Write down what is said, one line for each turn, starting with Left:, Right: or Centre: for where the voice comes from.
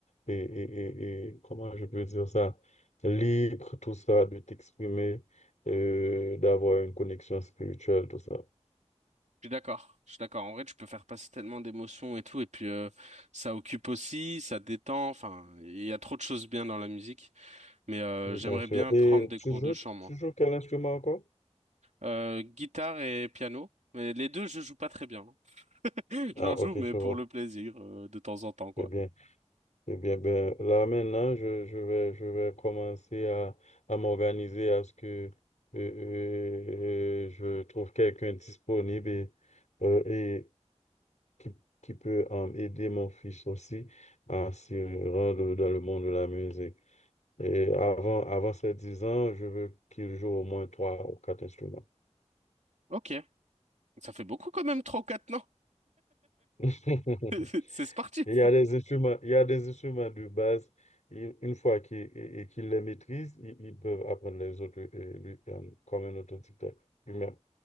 Left: et, et, et, et comment je peux dire ça, libre, tout ça, de t'exprimer, euh, d'avoir une connexion spirituelle, tout ça.
Right: Je suis d'accord, je suis d'accord. En vrai, tu peux faire passer tellement d'émotions et tout, et puis euh, ça occupe aussi, ça détend. Enfin, il y a trop de choses bien dans la musique, mais euh,
Left: Bien
Right: j'aimerais
Left: sûr.
Right: bien
Left: Et
Right: prendre des
Left: tu
Right: cours
Left: joues,
Right: de chant, moi.
Left: tu joues quel instrument encore?
Right: Euh, guitare et piano, mais les deux, je joue pas très bien. <laughs> Je
Left: Ah,
Right: l'en joue,
Left: ok,
Right: mais
Left: je
Right: pour
Left: vois.
Right: le plaisir, euh, de temps en temps, quoi.
Left: C'est bien. Eh bien, ben, là maintenant, je, je vais, je vais commencer à, à m'organiser à ce que euh, euh, je trouve quelqu'un disponible et, euh, et qui, qui peut euh, aider mon fils aussi à se rendre dans le monde de la musique. Et avant, avant ses 10 ans, je veux qu'il joue au moins trois ou quatre instruments.
Right: Ok, ça fait beaucoup quand même, trois ou quatre, non?
Left: <laughs>
Right: <laughs> C'est sportif.
Left: Il y a des instruments, il y a des instruments de base. Une une fois qu'ils et- et qu'ils les maîtrisent, ils, ils peuvent apprendre les autres euh, lui- euh, comme un authentique lui-même.